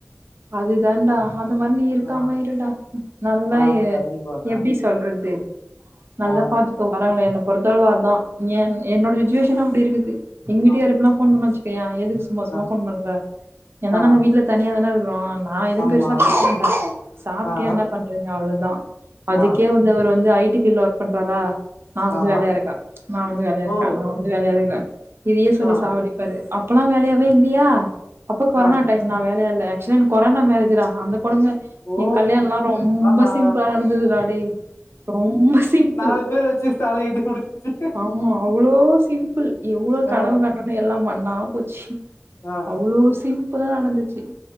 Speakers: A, on the right (about 55°); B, on the left (about 80°).
A: அது தாண்டா அந்த மாரி நீங்க இருக்காம
B: ஆ
A: இருடா நல்லாய
B: ஆ கண்டிப்பாக்கா
A: எப்டி சொல்றது நல்லா
B: ஆ
A: பாத்துக்கோ வரங்களே என்ன பொறுத்தளவு அதான் என் என்னோட சுச்சுவேஷனு அப்டி இருக்குது எங்க வீட்டுக்கார்
B: ஆ
A: இப்பலா ஃபோன் பண்ண வச்சுக்கையா எதுக்கு சும்மா சும்மா
B: ஆ
A: ஃபோன் பண்ற ஏனா
B: ஆ
A: நாங்க வீட்டுல தனியா தான இருக் ஆ நா எதுவும்
B: ஆமா
A: பெருசா பண்றே சாப்டியா
B: ஆ
A: என்ன பண்றீங்க அவ்வளோ தா அதுக்கே
B: ஆ
A: வந்து அவர் வந்து ஐ டி ஃபீல ஒர்க் பண்றாரா நா வந்து
B: ஆ
A: வேலையாருக்கேன் நா வந்து வேலையாருக்கேன்
B: ஓ
A: நா வந்து வேலையாருக்கறேன் இதையே சொல்லி
B: ஆ
A: சாவடிப்பாரு அப் இப்பல்லா வேலையாவே இல்லையா அப்ப கொரோனா
B: ஆ
A: டைம் நா வேலையா இல்ல ஷின் கொரோனா மேரேஜ்ரா அந்த கொழுந்தன்
B: ஓ
A: என் கல்யாணம் எல்லா ரொம்ப
B: ஆஹா
A: சிம்பிளா நடந்துது ராடே ரொம்ப சிம்பிள்
B: நாலு பேர் வச்சு தாலி கட்டி முடிச்சிச்சு
A: ஆமா அவ்வளோ சிம்பிள் எவ்வளோ கனவு
B: ஆ
A: கண்டனு எல்லா ம நா புச்ச
B: ஆ
A: அவ்ளோவ் சிம் இப்ப தா நடந்துச்சு